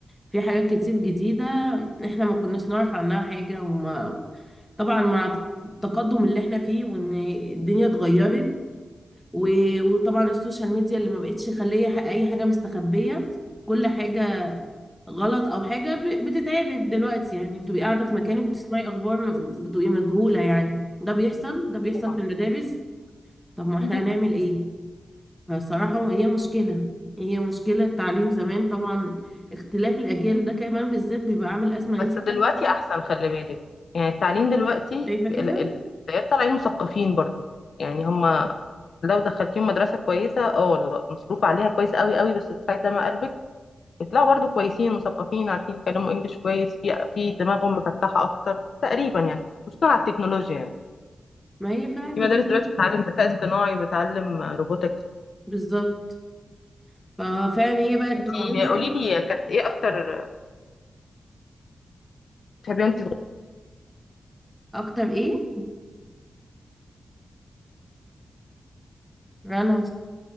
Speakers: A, in the centre; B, on the left (about 60°).
A: في حاجات كتير جديدة احنا ما كناش نعرف عنها حاجة وما طبعا مع التقدم اللي احنا فيه وان الدنيا اتغيرت و- وطبعا السوشيال ميديا اللي ما بقتش خليه ح- اي حاجة مستخبية كل حاجة غلط او حاجة ب- بتتعبك دلوقتي يعني بتبقي قاعدة في مكانك وتسمعي اخبار م- بتبقي مذهولة يعني ده بيحصل ده بيحصل
B: طبعا
A: في المدارس طب ما احنا
B: <laughs>
A: هنعمل ايه فصراحة هي مشكلة هي مشكلة التعليم زمان طبعا اختلاف الأجيال ده كمان بالذات بيبقى عامل أزمة إن
B: بس
A: انتي بتاخدي
B: دلوقتي
A: وقت
B: احسن خلي بالك يعني التعليم دلوقتي
A: شايفة كده
B: ال- ال- العيال طالعين مثقفين برضو يعني هم لو دخلتيهم مدرسه كويسه اه مصروف عليها كويس قوي قوي بس بتاعت دم قلبك بيطلعوا برضو كويسين مثقفين عارفين يتكلموا انجليش كويس في في دماغهم مفتحه اكتر تقريبا يعني خصوصا على التكنولوجيا يعني
A: ما هي فعلا التكنولوجيا
B: في مدارس دلوقتي بتعلم ذكاء اصطناعي بتعلم روبوتكس
A: بالظبط ففعلا هي بقى التكنولوجيا
B: انتي قولي لي كانت ايه اكتر بتحبيها وانت صغيره
A: أكتر إيه رنا